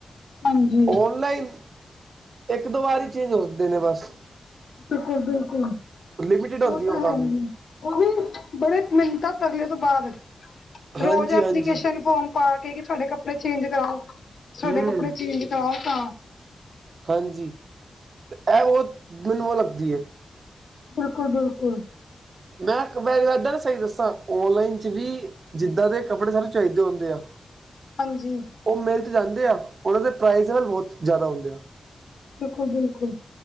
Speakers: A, on the left; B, on the right.
A: ਹਾਂਜੀ
B: ਔਨਲਾਈਨ ਇੱਕ, ਦੋ ਵਾਰ ਹੀ, ਚੇਂਜ ਹਦੇ ਨੇ ਬਸ।
A: ਬਿਲਕੁਲ- ਬਿਲਕੁਲ
B: ਲਿਮਿਟਿਡ ਹੁੰਦੀ
A: ਉਹ ਤਾਂ
B: ਕੰਮ
A: ਹੈ ਨ,
B: ਹੀ
A: ਉਹ ਵੀ, ਬੜੇ ਮਿੰਟਾਂ ਤਰਲੇ ਤੋਂ ਬਾਅਦ,
B: ਹਾਂਜੀ
A: ਰੋਜ਼ ਐਪਲੀਕੇਸ਼ਨ
B: ਹਾਂਜੀ
A: ਫੋਾਰਮ ਪਾ ਕੇ ਕਿ, ਸਾਡੇ ਕੱਪੜੇ ਚੇਂਜ ਕਰਾਓ, ਸਾਡੇ
B: ਹੂੰ
A: ਕੱਪੜੇ ਚੇਂਜ ਕਰਾਓ ਤਾਂ,
B: ਹਾਂਜੀ, ਤੇ ਇਹ ਉਹ ਮੈਨੂੰ ਉਹ ਲੱਗਦੀ ਹੈ
A: ਬਿਲਕੁਲ- ਬਿਲਕੁਲ
B: ਮੈਂ ਇੱਕ ਵਾਰੀ ਇੱਦਾਂ ਨ ਸਹੀ ਦੱਸਾਂ, ਓਨਲਾਈਨ ਚ ਵੀ ਜਿੱਦਾਂ ਦੇ ਕੱਪੜੇ, ਤਹਾਨੂੰ ਚਾਹੀਦੇ ਹੁੰਦੇ ਆ
A: ਹਾਂਜੀ।
B: ਉਹ ਮਿਲ 'ਤੇ ਜਾਂਦੇ ਆ, ਉਹਨਾਂ ਦੇ ਪ੍ਰਾਈਜ਼ਵਲ ਬਹੁਤ ਜ਼ਿਆਦਾ ਹੁੰਦੇ ਆ
A: ਬਿਲਕੁਲ -ਬਿਲਕੁਲ